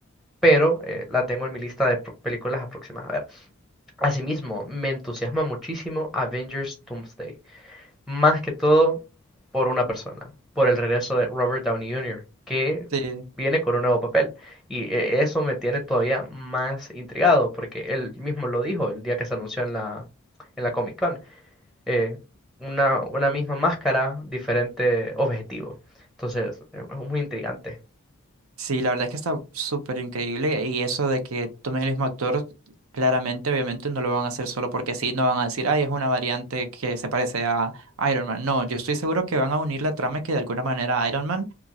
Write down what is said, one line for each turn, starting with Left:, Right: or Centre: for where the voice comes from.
Centre: Pero eh, la tengo en mi lista de pro- películas aproximadas a ver. Asimismo, me entusiasma muchísimo Avengers Doomsday más que todo por una persona, por el regreso de Robert Downey Jr., que
Right: Sí,
Centre: viene con un nuevo papel. Y eh, eso me tiene todavía más intrigado, porque él mismo lo dijo el día que se anunció en la, en la Comic Con. eh, una, una misma máscara, diferente objetivo. Entonces, eh, es muy intrigante.
Right: sí, la verdad es que está súper increíble y eso de que tomen el mismo actor, claramente, obviamente no lo van a hacer solo porque sí, no van a decir, ay, es una variante que se parece a Iron Man. No, yo estoy seguro que van a unir la trama y que de alguna manera Iron Man